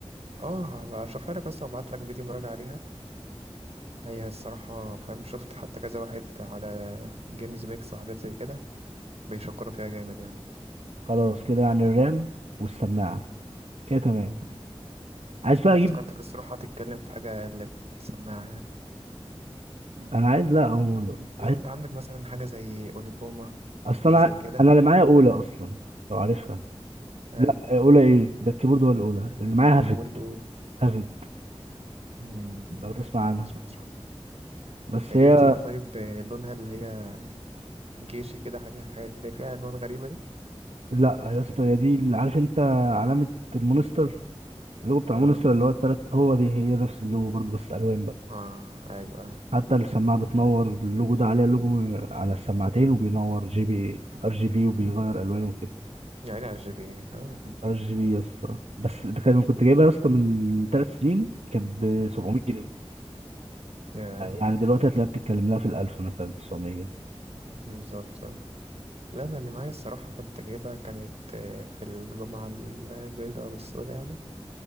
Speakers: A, on the right; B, on the right.
A: اه هبقى اشوفها لك بس وابعت لك فيديو مراجعة عليها هي الصراحة فاهم شفت حتى كذا واحد على جيمز ميكس وحاجات زي كده بيشكروا فيها جامد يعني
B: خلاص كده يعني الرام والسماعة كده تمام
A: مم.
B: عايز بقى
A: انا
B: اجيب
A: افتكرتك الصراحة هتتكلم في حاجة اللي في السماعة يعني
B: انا عايز لا أو... عايز
A: لا انت عندك مثلا حاجة زي اونيكوما
B: اصل
A: حاجات
B: انا
A: زي
B: ع-
A: كده
B: انا اللي معايا اولى اصلا لو عارفها
A: ايوه
B: لا اولى ايه ده الكيبورد ولا الاولى اللي معايا هافت
A: كيبورد و
B: هافت
A: مم.
B: لو تسمع عنها
A: سمعتش عنها.
B: بس
A: هي
B: هي
A: دي بتبقى طيب لونها اللي هي جيشي كده حاجة حاجة اللي فيها عنوان غريبة دي
B: لا يا اسطى هي دي اللي عارف انت علامة المونستر اللوجو بتاع
A: اه
B: مونستر اللي هو التلات هو دي هي نفس اللوجو برضه بس الوان بقى
A: اه ايوه
B: حتى السماعة بتنور اللوجو ده عليها لوجو على السماعتين وبينور جي بي ار جي بي وبيغير
A: مم.
B: الوانه وكده
A: يعني على الجي بي إيه. اه
B: ار جي بي يا اسطى بس ده كان كنت جايبها يا اسطى من ثلاث سنين كانت ب 700
A: مم.
B: جنيه
A: يا
B: يعني دلوقتي هتلاقيها بتتكلم لها في الألف مثلا 900
A: بالظبط آه. لا انا اللي معايا الصراحة كنت جايبها كانت آه، في الجمعة البيضاء والسوداء يعني